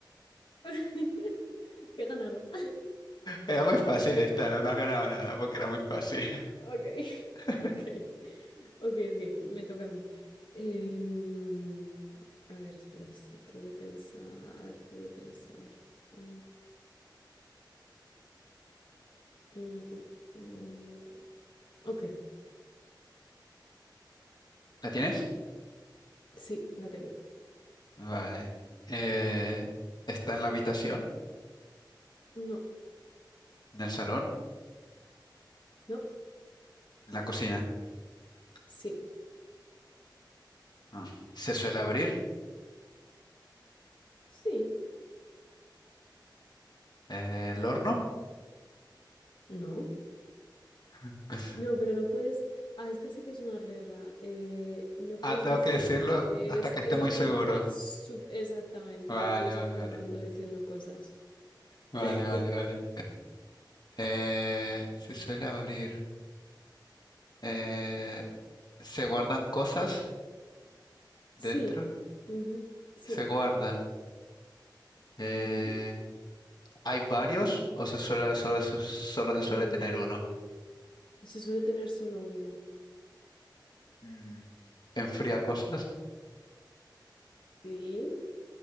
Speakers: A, on the left (about 80°); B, on the left (about 60°).
A: <laughs> Qué ganado.
B: Era muy fácil esta, no, no has ganado nada porque era muy fácil.
A: Ok,
B: <laughs>
A: <laughs> ok, ok, ok, me toca a mí. Em, a ver, espera, s- tengo que pensar, tengo que pensar. Mm, mm, mm, mm. Ok,
B: ¿La tienes?
A: sí, la tengo.
B: Vale. Eh, ¿está en la habitación?
A: No,
B: ¿En el salón?
A: no,
B: ¿En la cocina?
A: sí,
B: Ah. ¿Se suele abrir?
A: sí,
B: Eh, ¿el horno?
A: no.
B: <laughs>
A: No, pero no puedes, ah, esta sí que es una regla. eh, no
B: Ah,
A: puedes
B: tengo
A: decir
B: que decirlo
A: lo que
B: hasta
A: es,
B: que
A: esa-
B: esté muy
A: tienes
B: seguro.
A: que estar sub- exactamente,
B: Vale,
A: no puedes
B: vale,
A: ir probando
B: vale.
A: diciendo cosas.
B: Vale,
A: <laughs>
B: vale, vale. Eh, se suele abrir. Eh, ¿se guardan cosas dentro?
A: Sí, ujú, sí.
B: Se guardan. Eh,
A: Ujú.
B: ¿hay varios o se suele, solo, se solo se suele
A: Mm,
B: tener uno?
A: se suele tener solo uno,
B: Mm, ¿enfría cosas?
A: sí,